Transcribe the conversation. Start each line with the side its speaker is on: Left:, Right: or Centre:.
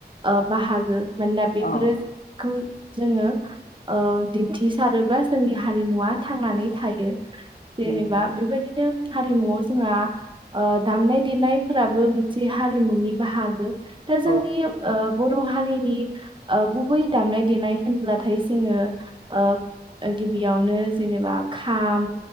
Right: ओ बाहागो मानोना बेफोरो
Left: औ
Right: खौ जोङो दिन्थिसारोब्ला जोंनि हारिमुवा थांनानै थायो जेनेबा
Left: नंगौ
Right: बेबायदिनो हारिमुआव जोंहा ओ दामनाय देनायफोराबो मोनसे हारिमुनि बाहागो दा जोंनि
Left: औ
Right: ओ बर' हारिनि गुबै दामनाय देनाय होनब्लाथाय जोङो ओ गिबियावनो जेनेबा खाम